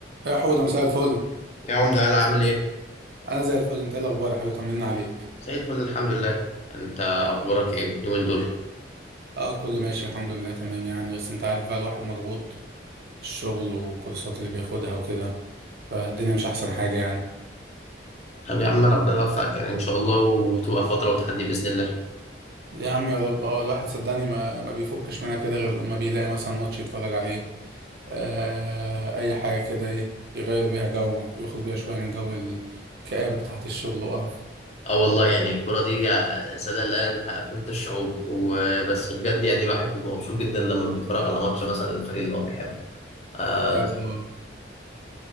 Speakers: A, on the right; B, on the left.
A: يا حودة مساء الفل
B: يا عمدة يلا عامل ايه؟
A: انا زي الفل انت ايه الاخبار يا حبيبي طمنا عليك
B: زي الفل الحمد لله انت اخبارك ايه اليومين دول؟
A: اه كله ماشي الحمد لله تمام يعني بس انت عارف بقى الواحد مضغوط الشغل والكورسات اللي بياخدها وكده فالدنيا مش احسن حاجة يعني
B: طب يا عم ربنا يوفقك يعني ان شاء الله وتبقى فترة وتحدي باذن الله
A: يا عم يا رب اه الواحد صدقني ما ما بيفكش منها كده غير لما بيلاقي مثلا ماتش يتفرج عليه آه اي حاجة كده ايه يغير بيها جو يخرج بيها شوية من جو الكآبة بتاعت الشغل وقرف
B: اه والله يعني الكرة دي سادة اللي قال انها أفنت الشعوب وبس بجد يعني الواحد بيبقى مبسوط جدا لما بيتفرج على ماتش مثلا الفريق اللي هو بيحبه اه,
A: بجد آه.